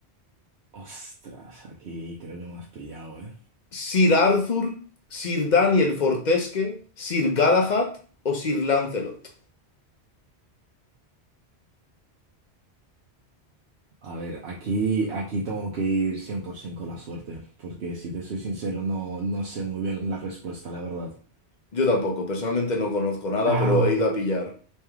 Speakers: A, on the right; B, on the left.
A: Ostras, aquí creo que me has pillado, ¿eh?
B: ¿Sir Arthur, Sir Daniel Fortesque, Sir Galahad o Sir Lancelot?
A: A ver, aquí, aquí tengo que ir 100% con la suerte, porque si te soy sincero, no, no sé muy bien la respuesta, la verdad.
B: Yo tampoco, personalmente no conozco nada,
A: Ah,
B: pero he ido a pillar.